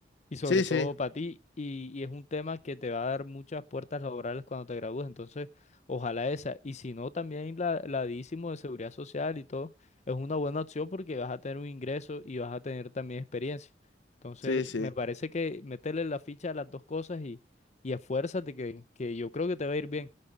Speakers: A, on the left (about 40°); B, on the left (about 85°).
A: y sobre
B: Sí, sí,
A: todo para ti, y, y es un tema que te va a dar muchas puertas laborales cuando te gradúes, entonces ojalá esa, y si no, también la, la DICIMO de seguridad social y todo, es una buena opción porque vas a tener un ingreso y vas a tener también experiencia. Entonces,
B: sí, sí.
A: me parece que meterle la ficha a las dos cosas y, y esfuérzate, que, que yo creo que te va a ir bien.